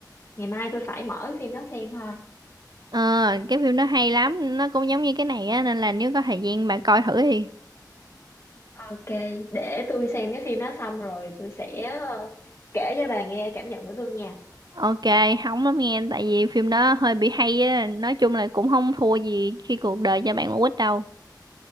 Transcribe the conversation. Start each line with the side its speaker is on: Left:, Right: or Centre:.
Left: ngày mai tôi phải mở cái phim đó xem thôi
Right: Ờ, cái phim nó hay lắm, nó cũng giống như cái này á nên là nếu có thời gian bà coi thử đi.
Left: ok để tôi xem cái phim đó xong rồi tôi sẽ ờ, kể cho bà nghe cảm nhận của tôi nha
Right: Ok, hóng lắm nghe tại vì phim đó hơi bị hay á, nói chung là cũng không thua gì khi cuộc đời cho bạn quả quýt đâu.